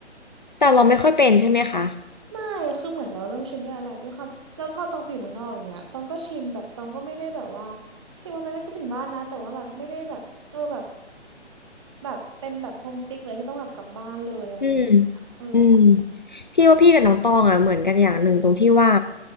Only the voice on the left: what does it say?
แต่เราไม่ค่อยเป็นใช่ไหมคะ
อืมอืม พี่ว่าพี่กับน้องตองอ่ะเหมือนกันอย่างหนึ่งตรงที่ว่า